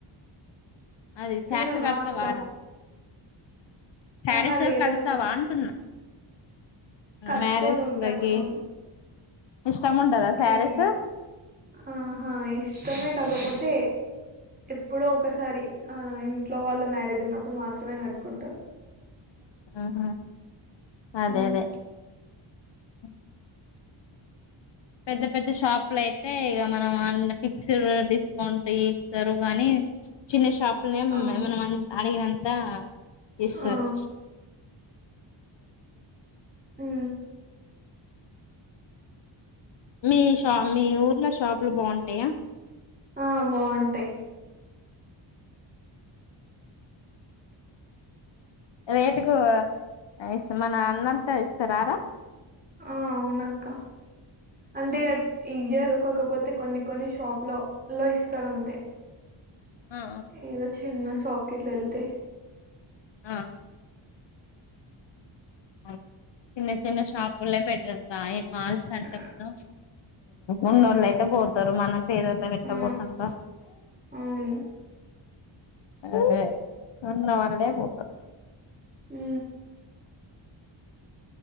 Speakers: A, on the left; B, on the right.
A: అదే శారీస్
B: ఉమ్,
A: కడతవ
B: ఆ అక్క
A: రా శారీస్
B: ఆహా లేదక్క
A: కడుతావా అంటున్నా <inaudible>
B: కట్టుకోను
A: మ్యారేజ్ లకి
B: కట్టుకోను
A: ఇష్టం ఉంటదా శారీస్
B: ఏ ఆహా ఎ ఇష్టమే కాకపోతే ఎప్పుడో ఒకసారి ఆ ఇంట్లో వాళ్ళు మ్యారేజ్ ఉన్నప్పుడు మాత్రమే కట్టుకుంటాను
A: ఆహా అదే
B: హ్మ్.
A: అదే అ పెద్ద పెద్ద షాపులు అయితే ఇక మనం అన్న ఫిక్స్డ్ డిస్కౌంట్ ఇస్తారు గాని చిన్న షాపులనేమన
B: అవును.
A: అడిగినంత ద ఇస్తరు
B: ఆ! ఉ
A: మీ షా మీ ఊర్లో షాపులు బాగుంటాయా
B: ఆ బాగుంటాయి
A: రేటుకు ఇ మన అన్నంతా ఇస్తారారా
B: ఆ అవునక్క అంటే ఇయరు కాకపోతే కొన్ని కొన్ని షాప్ లో లో ఇస్తారు అంతే
A: ఆ
B: ఏదో చిన్న షాప్ కి గిట్ల వెళితే
A: ఆ ఆ చిన్న చిన్న షాప్ ఒళ్ళే పెట్టా ఈ మాల్స్ అంటే
B: ఆహ్,
A: మనం ఉన్నోళ్ళ
B: హ్మ్.
A: అయితే పోతారు మనం పేదోళ్ళ ఎట్ల
B: ఆ!
A: పోతంర
B: అవును.
A: అదే ఉన్న వాళ్లే పోతారు
B: ఉ